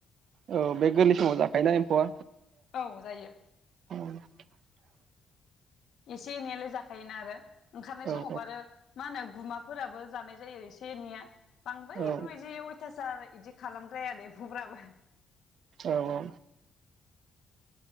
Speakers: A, on the right; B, on the left.
A: औ बे गोरलै समाव जाखायोना एम्फौआ?
B: औ जायो
A: <unintelligible>
B: एसे एनैयालाय जाखायोना आरो। ओंखारनाय
A: औ
B: समावबो आरो मा होनो। गुमाफोराबो जानाय जायो एसे एनैया। <unintelligible> इफोरबायदि
A: औ
B: अयथासार। इदि खालामद्राया एम्फौफ्राबो।
A: औ औ।